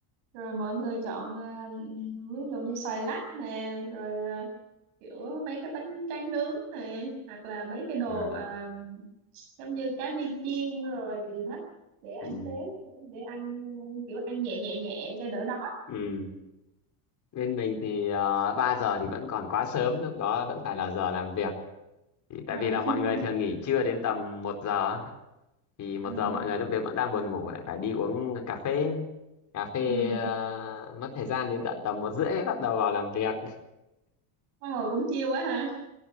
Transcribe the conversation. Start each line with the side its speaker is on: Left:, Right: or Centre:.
Right: rồi mọi người chọn à, ừm, ví dụ như xoài lắc nè rồi à, kiểu mấy cái bánh tráng nướng nè hoặc là mấy cái đồ
Left: À,
Right: à, giống như cá viên chiên rồi đó để ăn
Left: ừ.
Right: xế để ăn kiểu ăn nhẹ nhẹ nhẹ cho đỡ đói
Left: Ừ. bên mình thì uh, 3 giờ thì vẫn còn quá sớm lúc đó vẫn phải là giờ làm việc thì tại
Right: à.
Left: vì là
Right: <laughs>
Left: mọi người thường nghỉ trưa đến tầm một giờ á. thì một
Right: ừ
Left: giờ mọi người lúc đấy vẫn đang buồn ngủ lại phải đi uống cà phê cà phê
Right: ừ
Left: ờ, mất thời gian đến tận tầm một rưỡi mới bắt đầu vào làm việc
Right: Ôi hồi cũng chiêu quá ha.